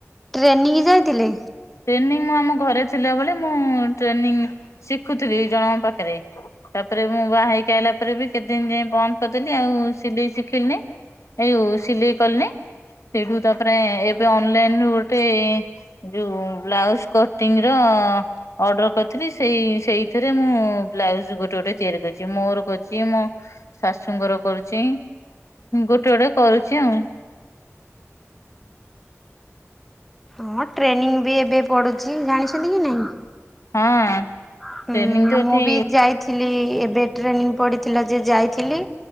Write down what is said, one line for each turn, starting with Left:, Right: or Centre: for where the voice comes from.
Centre: ଟ୍ରେନିଂ ଯାଇଥିଲେ?
Left: ଟ୍ରେନିଂ ଆମ ଘରେ ଥିଲାବେଳେ ମୁଁ ଟ୍ରେନିଂ ଶିଖୁଥିଲି ଜଣଙ୍କ ପାଖରେ ତାପରେ ମୁଁ ବାହା ହେଇକି ଆଇଲା ପରେ ବି କେତେ ଦିନ ଯାଏ ବନ୍ଦ କରିଦେଲି ଆଉ ସିଲେଇ ଶିଖିଲିନି ଏଇ ସିଲେଇ କଲିନି ସେଇଠୁ ତାପରେ ଏବେ ଅନଲାଇନ ରୁ ଗୋଟେ ଯୋଉ ବ୍ଲାଉଜ କଟିଂ ର ଅର୍ଡର କରିଥିଲି ସେଇ ସେଇଥିରେ ମୁଁ ବ୍ଲାଉଜ ଗୋଟେ ଗୋଟେ ତିଆରି କରିଛି ମୋର କରଛି, ମୋ ଶାଶୁଙ୍କର କରୁଛି, ଗୋଟେ ଗୋଟେ କରୁଛି ଆଉ।
Centre: ହଁ ଟ୍ରେନିଂ ବି ଏବେ ପଡୁଛି, ଜାଣିଛନ୍ତି କି ନାହିଁ?
Left: ହଁ।
Centre: ହୁଁ
Left: ଟ୍ରେନିଂ ତ
Centre: ମୁଁ
Left: ଏଠି
Centre: ବି ଯାଇଥିଲି। ଏବେ ଟ୍ରେନିଂ ପଡ଼ିଥିଲା ଯେ ଯାଇଥିଲି।